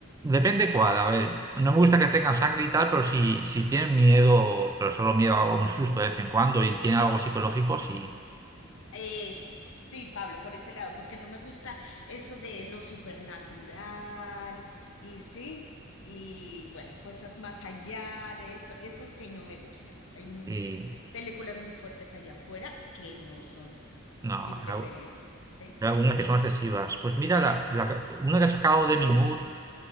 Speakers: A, on the right (about 15°); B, on the left (about 65°).
A: Depende cuál, a ver. No me gusta que tengan sangre y tal, pero si, si tienen miedo, pero solo miedo a un susto de vez en cuando y tiene algo psicológico, sí.
B: Eso, sí, Pablo, por ese lado, porque no me gusta eso de lo supernatural y sí, y bueno, cosas más allá de esto, eso sí no me gusta. Hay mu-
A: Y
B: películas muy fuertes allá afuera que no son
A: no,
B: mi preferencia,
A: hay al-
B: ¿sí?
A: hay algunas que son excesivas. Pues mira, la, la que- una que ha sacado Demi Moore,